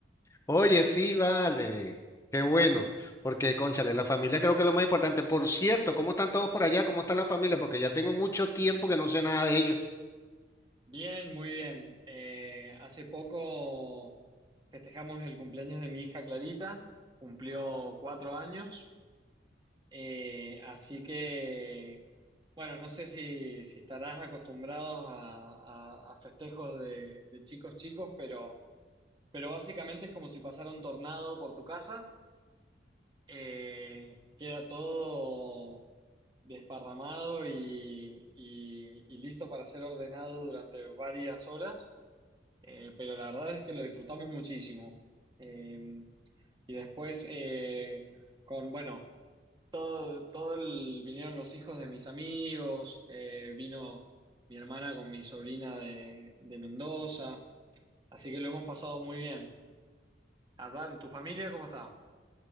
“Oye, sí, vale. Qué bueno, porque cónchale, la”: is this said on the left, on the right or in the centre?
Left